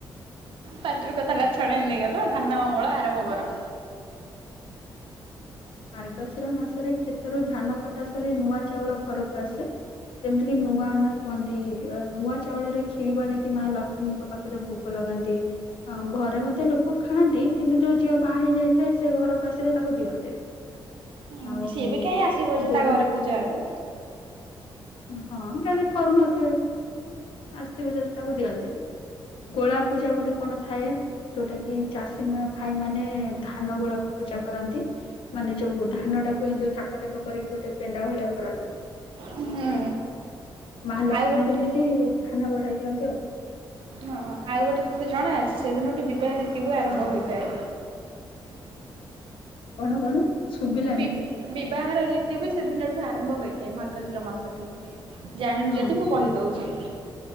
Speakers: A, on the right; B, on the left.
A: ପାଟିରୁ କଥାଟା ଛଡେଇ ନେଇଗଲ ଧାନ ଅମଳ ଆରମ୍ଭ କର।
B: ମାର୍ଗଶିର ମାସରେ କ୍ଷେତରୁ ଧାନ କଟା ସରି ନୂଆ ଚାଉଳ ଘରକୁ ଆସେ। ଯେମିତି କିି ନୂଆ ଅନ୍ନ କୁହନ୍ତି ନୂଆ ଚାଉଳରେ କ୍ଷୀରି ବନେଇକି ମା ଲକ୍ଷ୍ମୀଙ୍କ ପାଖରେ ଭୋ ଭୋଗ ଲଗାନ୍ତି। ହଁ ଘରେ ମଧ୍ୟ ଲୋକ ଖାଆନ୍ତି କିନ୍ତୁ ଯୋଉ ଝିଅ ବାହା ହେଇଯାଇଥାଏ ସେ ଘରକୁ ଆସିଲେ ତାକୁ ଦିଅନ୍ତିନି।
A: ହଁ
B: ଆଉ
A: ସିଏ ବି କାହିଁ ଆସିବ ଯେ
B: ଗୋଳା
A: ତା ଘରେ ପୂଜା ହେଲେ।
B: ହଁ ଯଦି କରୁନଥିବେ। ଆସିଥିବେ ଯଦି ତାକୁ ଦିଅନ୍ତିନି ଗୋଳା ପୂଜା ଗୋଟେ କଣ ଥାଏ। ଯୋଉଟା କି ଚାଷୀମୟ ଭାଇ ମାନେ ଧାନ ଗୋଳାକୁ ପୂଜା କରନ୍ତି ମାନେ ଯୋଉ ଧାନ ଟାକୁ ଯୋଉ ଥାକ ଥାକ କରିକି ଗୋଟେ ପେଣ୍ଡା ଭଳିଆ କରନ୍ତି
A: ହୁଁ
B: ମା ଲକ୍ଷ୍ମୀ
A: ଆଉ ଗୋଟେ
B: ଯେମିତି ଧାନ ବଢାଇ ଦିଅନ୍ତି ଆଉ।
A: ହଁ ଆଉ ଗୋଟେ ତତେ ଜଣା ଅଛି ସେଦିନଠୁ ବିବାହ ରୀତି ବି ଆରମ୍ଭ ହେଇଥାଏ।
B: କଣ କଣ? ଶୁଭିଲାନି।
A: ବି ବିବାହର ଋତୁ ବି ସେଦିନଠୁ ଆରମ୍ଭ ହୋଇଥାଏ ମାର୍ଗଶିର ମାସଠୁ। ଜାଣିନୁ
B: ହଁ
A: ଯଦି ମୁଁ କହିଦଉଛି।